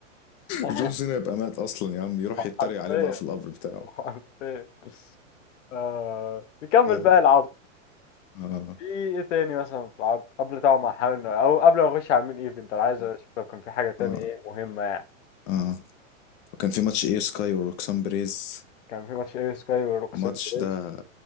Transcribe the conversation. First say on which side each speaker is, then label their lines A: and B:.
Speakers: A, on the left; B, on the left.
A: <laughs>
B: جون سينا يبقى مات اصلا يا عم يروح يتريق
A: حرفيا
B: عليه بقى في القبر بتاعه
A: حرفيا آه، نكمل
B: اه
A: بقى العرض
B: اه
A: في ايه تاني مثلا في العرض قبل طبعا ما احاول او قبل ما نخش على المين ايفنت انا عايز اشوف لو كان في حاجه تاني
B: اه
A: ايه مهمه يعني
B: اه وكان في ماتش اي سكاي وروكسان بريز
A: كان في ماتش ايه سكاي وروكسين
B: الماتش
A: بريز
B: ده